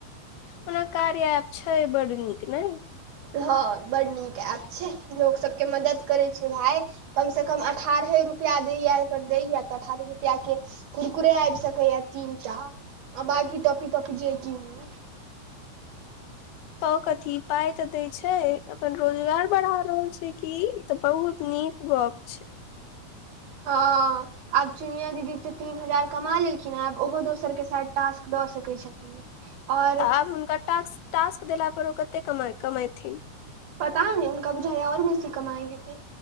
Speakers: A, on the left; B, on the right.
A: ओना कार्या एप छैय बड नीक नैय
B: हँ बड़ नीक ऐप छैह लोक सबके मदद करै छै भाय कम सँ कम अठारहे रुपैआ दैए दैए तऽ अठारहे रुपैयाके कुुरकुरे आबि सकैया तीनटा आ बांकी टाॅफी ताॅफी जे किनु
A: तऽ कथी पाय तऽ देय छै अपन रोजगार बढ़ा रहल छै की ई तऽ बहुत नीक गप छै
B: हँ आब चुनियाँ दीदी तऽ तीन हजार कमा लेलखिन हँ आब ओहो दोसर के शायद टास्क दऽ सकै छथिन। आओर
A: तऽ आब हुनका टास्क - टास्क देला पर ओ कते कमे कमेथिन
B: पता नै हुनका बुझाय ये आओर बेसी कमाइ हेतै